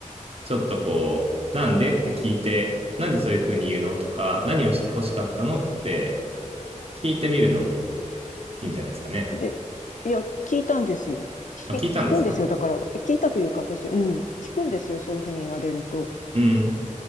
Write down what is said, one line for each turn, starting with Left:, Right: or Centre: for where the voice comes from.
Right: ちょっとこう、なんでって聞いて、なんでそういうふうに言うのとか、何をして欲しかったのって聞いてみるのもいいんじゃないですかね。
Left: で、いや、聞いたんですよ。聞、
Right: まあ、聞いたんですか
Left: 聞くんですよ。だから、聞いたというか、私、うん、聞くんですよ。そういうふうに言われると。
Right: うん。